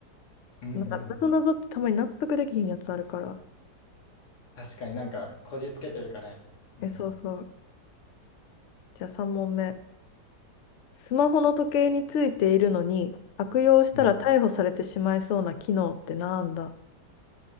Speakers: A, on the left; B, on the left.
A: うんうんうん。
B: なんか、なぞなぞってたまに納得できひんやつあるから。
A: 確かになんか、こじつけというかね。うん
B: え、そうそう。じゃあ3問目。スマホの時計についているのに、悪用したら逮捕されてしまいそうな機能ってなんだ
A: うん。うん